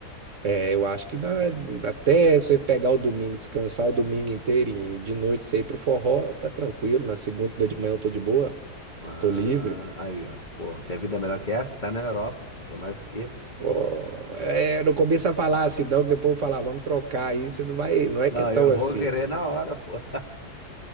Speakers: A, on the right (about 55°); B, on the left (about 30°).
A: É, eu acho que dá, até você pegar o domingo, descansar o domingo inteirinho, de noite você ir pro forró, tá tranquilo. Na segunda de manhã eu tô de boa,
B: Ah,
A: tô livre.
B: aí, ó. Pô, quer vida é melhor que essa? Tá na Europa, pô. Quer mais o quê, pô?
A: Pô, é, não começa a falar assim, não, que depois eu vou falar, "Ah, vamos trocar aí, você não vai, não é
B: Não,
A: que é tão
B: eu
A: assim.
B: vou querer na hora, pô. <laughs>